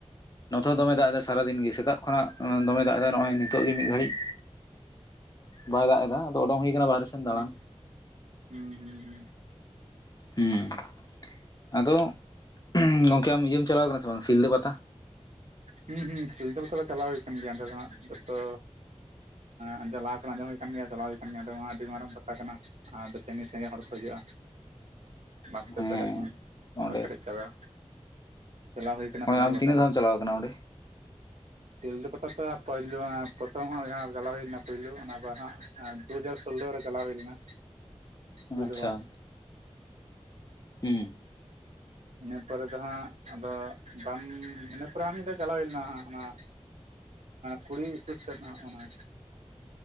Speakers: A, on the left; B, on the right.
A: ᱱᱚᱛᱮ ᱦᱚᱸ ᱫᱚᱢᱮ ᱫᱟᱜ ᱮᱫᱟᱭ ᱥᱟᱨᱟᱫᱤᱱ ᱜᱤ᱾ ᱥᱮᱛᱟᱜ ᱠᱷᱚᱱᱟᱜ ᱫᱚᱢᱮ ᱫᱟᱜ ᱮᱫᱟᱭ ᱱᱚᱜᱼᱚᱭ ᱱᱤᱛᱚᱜ ᱜᱮ ᱢᱤᱫ ᱜᱷᱟᱹᱲᱤᱡ᱾ ᱵᱟᱭ ᱫᱟᱜ ᱮᱫᱟ ᱟᱫᱚ ᱚᱰᱚᱝ ᱦᱩᱭ ᱟᱠᱟᱱᱟ ᱵᱟᱦᱨᱮ ᱥᱮᱱ
B: ᱦᱩᱸ
A: ᱫᱟᱬᱟᱱ᱾
B: ᱦᱩᱸ ᱦᱩᱸ
A: ᱦᱩᱸ᱾ ᱟᱫᱚ᱾ ᱩᱸᱦᱩᱸ ᱜᱚᱝᱠᱮ ᱟᱢ ᱤᱭᱟᱹᱢ ᱪᱟᱞᱟᱣ ᱟᱠᱟᱱᱟ ᱥᱮ ᱵᱟᱝ ᱥᱤᱞᱫᱟᱹ ᱯᱟᱛᱟ?
B: ᱦᱩᱸ ᱦᱩᱸ ᱥᱤᱞᱤᱫᱟᱹ ᱯᱟᱛᱟ ᱫᱚ ᱪᱟᱞᱟᱣ ᱦᱩᱭ ᱟᱠᱟᱱ ᱜᱮᱭᱟ᱾ ᱚᱸᱰᱮ ᱫᱚ ᱦᱟᱸᱜ ᱡᱚᱛᱚ ᱟᱸᱻ ᱪᱟᱞᱟᱣ ᱠᱚ ᱟᱸᱡᱚᱢ ᱦᱩᱭ ᱠᱟᱱ ᱜᱮᱭᱟ᱾ ᱪᱟᱞᱟᱣ ᱦᱩᱭ ᱟᱠᱟᱱ ᱜᱮᱭᱟ᱾ ᱚᱸᱰᱮ ᱢᱟ ᱟᱹᱰᱤ ᱢᱟᱨᱟᱝ ᱯᱟᱛᱟ ᱠᱟᱱᱟ᱾ ᱟᱫᱚ ᱥᱟᱺᱜᱤᱧ ᱥᱟᱺᱜᱤᱧ ᱦᱚᱲ ᱠᱚ ᱦᱤᱡᱩᱜᱼᱟ᱾ ᱵᱟᱥ ᱛᱮ
A: ᱦᱮᱸ
B: ᱯᱮᱨᱮᱡ ᱤᱧ,
A: ᱚᱸᱰᱮ
B: ᱜᱚᱴᱟ ᱯᱮᱨᱮᱡ ᱪᱟᱵᱟ, ᱪᱟᱞᱟᱣ ᱦᱩᱭ ᱟᱠᱟᱱᱟ
A: ᱚᱸᱰᱮ
B: ᱥᱤᱞᱫᱟᱹ
A: ᱟᱢ
B: ᱯᱟᱛᱟ ᱫᱚ᱾
A: <unintelligible>
B: ᱥᱤᱞᱫᱟᱹ ᱯᱟᱛᱟ ᱛᱮ ᱯᱳᱭᱞᱳ ᱯᱨᱚᱛᱷᱚᱢ ᱦᱚᱸ ᱡᱟᱦᱟᱸ ᱪᱟᱞᱟᱣ ᱦᱩᱭᱱᱟ ᱯᱳᱭᱞᱳ ᱚᱱᱟ ᱫᱚ ᱦᱟᱸᱜ ᱫᱩ ᱦᱟᱡᱟᱨ ᱥᱳᱞᱞᱳ ᱨᱮ ᱪᱟᱞᱟᱣ ᱦᱩᱭ ᱞᱮᱱᱟ᱾
A: ᱟᱪᱪᱷᱟ
B: ᱯᱳᱭᱞᱳ ᱵᱟᱨ
A: ᱦᱩᱸ᱾
B: ᱤᱱᱟᱹ ᱯᱚᱨᱮ ᱫᱚ ᱦᱟᱸᱜ᱾ ᱟᱫᱚ ᱵᱟᱝ, ᱤᱱᱟᱹ ᱯᱚᱨᱮ ᱟᱨ ᱢᱤᱫᱫᱷᱟᱹ ᱪᱟᱞᱟᱣ ᱦᱩᱭ ᱞᱮᱱᱟ ᱦᱟᱸᱜ᱾ ᱚᱱᱟ ᱠᱩᱲᱤ ᱮᱠᱩᱥ ᱥᱮᱫ ᱦᱟᱸᱜ᱾ ᱚᱱᱟ